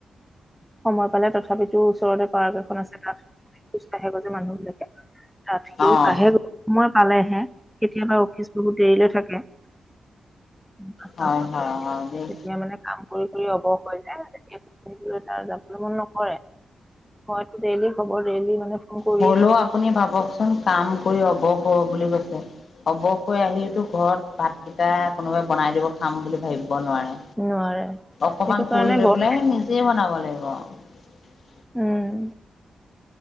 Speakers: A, in the centre; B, on the left.
A: সময় পালে তথি তথাপিতো ওচৰতে পাৰ্ক এখন আছে। খোজ কঢ়ে যে মানুহ বিলাকে তাত সিও
B: অ',
A: আহেগৈ। মই পালেহে, কেতিয়াবা অফিচ বহুত দেৰিলৈ থাকে। পাঁচটা
B: হয়,
A: ছটা
B: হয়, হয় দেই।
A: তেতিয়া মানে কাম কৰি কৰিৰি অবস হৈ যায়। তেতিয়া ফুৰিবলে যাবলৈ মন নকৰে। হয়তো ডেইলি খবৰ ডেইলি মানে ফোন কৰিয়ে
B: হ'লেও আপুনি ভাবকচোন কাম কৰি অব হ বুলি কৈছে। অৱশ হৈ আহিয়ো তো ঘৰত ভাতকেইটা কোনোবাই বনাই দিব খাম বুলি ভাবিব নোৱাৰে।
A: থাকিব নোৱাৰে
B: অকমান
A: সেইটো কাৰণে
B: ফুৰি লৈ
A: বৰ
B: পেলাই নিজে বনাব <unintelligible>
A: উম!